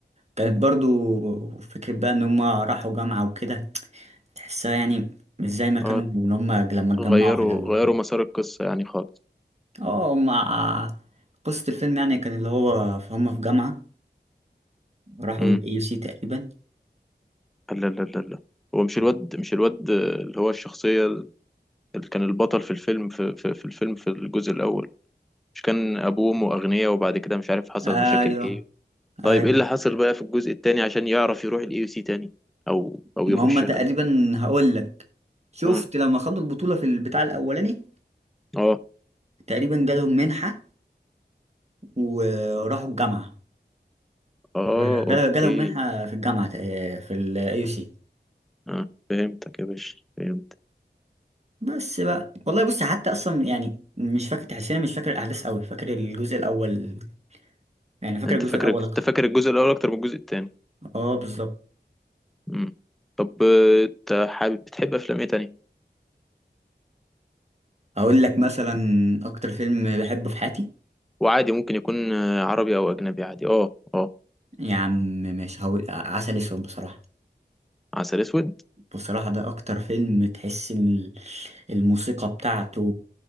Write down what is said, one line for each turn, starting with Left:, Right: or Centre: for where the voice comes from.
Right: كانت برضو فكرة بقى ان هما راحوا جامعة وكده تحسها يعني مش زي ما كانوا
Centre: اه
Right: اللي هما لما اتجمعوا
Centre: غيروا
Right: في الأول
Centre: غيروا
Right: كده
Centre: مسار القصة يعني خالص
Right: اه مع قصة الفيلم يعني كان اللي هو هما في جامعة راحوا
Centre: امم
Right: ال AUC تقريبا
Centre: لا لا لا لا هو مش الواد مش الواد اللي هو الشخصية اللي كان البطل في الفيلم في, في, في الفيلم في الجزء الأول مش كان أبوه وأمه أغنياء وبعد كده مش عارف حصل
Right: أيوه
Centre: مشاكل إيه طيب
Right: أيوه
Centre: إيه اللي حصل بقى في الجزء التاني عشان يعرف يروح الإي يو سي تاني أو أو
Right: ما
Centre: يخشها
Right: هما تقريبا هقول لك شفت
Centre: آه
Right: لما خدوا البطولة في البتاع الأولاني
Centre: آه
Right: تقريبا جالهم منحة وراحوا الجامعة
Centre: آه
Right: وجال-
Centre: أوكي
Right: جالهم منحة في الجامعة تق- في ال AUC
Centre: آه فهمتك يا باشا فهمت
Right: بس بقى والله بص حتى أصلا يعني مش فاكر تحسيني مش فاكر الأحداث أوي فاكر الجزء الأول يعني فاكر
Centre: أنت
Right: الجزء
Centre: فاكر
Right: الأول
Centre: أنت فاكر الجزء الأول أكتر من الجزء التاني
Right: اه بالظبط
Centre: مم. طب آه، أنت حابب بتحب أفلام إيه تاني؟
Right: اقول لك مثلا اكتر فيلم بحبه في حياتي
Centre: وعادي ممكن يكون آه، عربي أو أجنبي عادي آه آه
Right: يا عم مش هقول عسل اسود بصراحه
Centre: عسل أسود
Right: بصراحه ده اكتر فيلم تحس ال- الموسيقى بتاعته